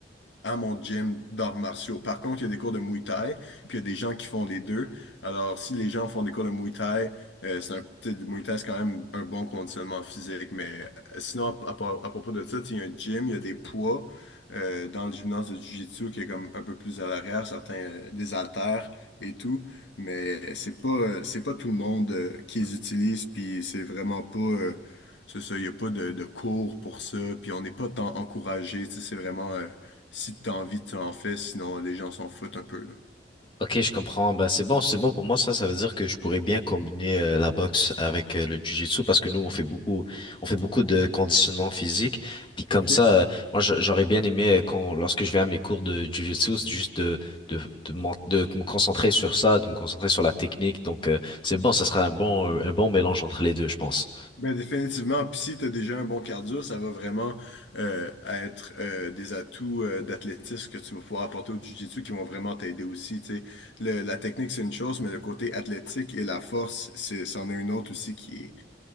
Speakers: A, on the left (about 85°); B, on the left (about 30°).
A: à mon gym d'arts martiaux. Par contre, il y a des cours de Muay Thai, puis il y a des gens qui font les deux. Alors, si les gens font des cours de Muay Thai, euh, c'est un petit du Muay Thai, c'est quand même un bon conditionnement physique. Mais euh, sinon, à, à par- à propos de ça, tu sais, il y a un gym, il y a des poids euh, dans le gymnase de Jiu-Jitsu qui est comme un peu plus à l'arrière, certains euh, des haltères et tout. Mais euh, c'est pas euh, c'est pas tout le monde euh, qui les utilise, puis c'est vraiment pas euh, c'est ça, il n'y a pas de, de cours pour ça, puis on n'est pas tant encouragé, tu sais, c'est vraiment. euh, si t'as envie, tu en fais, sinon les gens s'en foutent un peu, là.
B: Ok, je comprends. Ben, c'est bon, c'est bon pour moi. Ça, ça veut dire que je pourrais bien combiner euh, la boxe avec euh, le jiu-jitsu parce que nous, on fait beaucoup, on fait beaucoup de conditionnement physique. Puis comme
A: OK.
B: ça, euh, moi, j'a- j'aurais bien aimé euh, quand, lorsque je vais à mes cours de jiu-jitsu, c'est juste de, de, de, m'en- de me concentrer sur ça, de me concentrer sur la technique. Donc, euh, c'est bon. Ça sera un bon, un bon mélange entre les deux, je pense.
A: Ben définitivement, puis si tu as déjà un bon cardio, ça va vraiment euh, être euh, des atouts euh, d'athlétisme que tu vas pouvoir apporter au jiu-jitsu qui vont vraiment t'aider aussi. tu sais. Le- la technique, c'est une chose, mais le côté athlétique et la force, c'est, c'en est une autre aussi qui est,